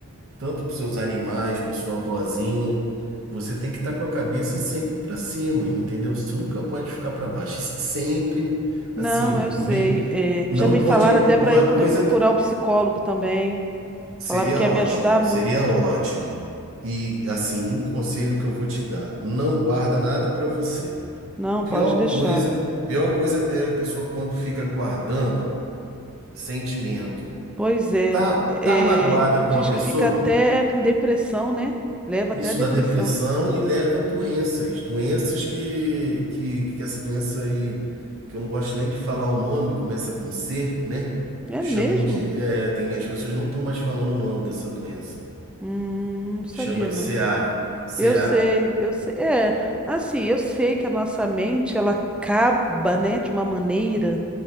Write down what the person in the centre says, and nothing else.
Não,
eu sei.
É,
já me
falaram até para
eu poder
procurar
um psicólogo também.
Falaram que ia
me ajudar muito.
Não,
pode deixar.
Pois é.
É,
diz
que fica até com depressão, né? Leva
até a depressão.
É
mesmo?
Hum, não sabia,
não.
Eu sei, eu sei. É, assim, eu sei que a nossa mente, ela acaba, né, de uma maneira.